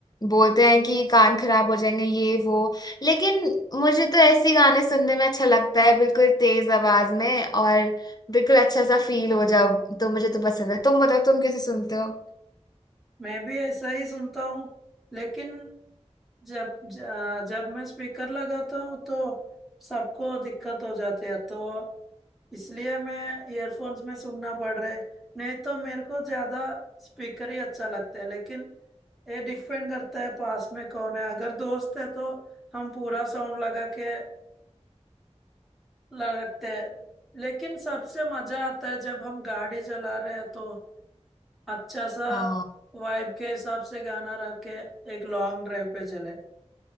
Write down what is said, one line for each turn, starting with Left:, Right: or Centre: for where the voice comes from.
Left: बोलते हैं कि कान खराब हो जाएंगे ये वो लेकिन मुझे तो ऐसी गाने सुनने में अच्छा लगता है बिल्कुल तेज आवाज में और बिल्कुल अच्छा सा फील हो जाओ तो मुझे तो पसंद है तुम बताओ तुम कैसे सुनते हो
Centre: मैं भी ऐसा ही सुनता हूँ लेकिन जब ज- आ, जब मैं स्पीकर लगाता हूँ तो सबको दिक्कत हो जाती है तो इसलिए मैं ईयरफोन्स में सुनना पड़ रहा है नहीं तो मेरे को ज्यादा स्पीकर ही अच्छा लगता है लेकिन ये डिपेंड करता है पास में कौन है अगर दोस्त है तो हम पूरा साउंड लगा के ल- रखते हैं लेकिन सबसे मजा आता है जब हम गाड़ी चला रहे हैं तो अच्छा सा
Left: हाँ
Centre: वाइब के हिसाब से गाना रख के एक लॉन्ग ड्राइव पे चले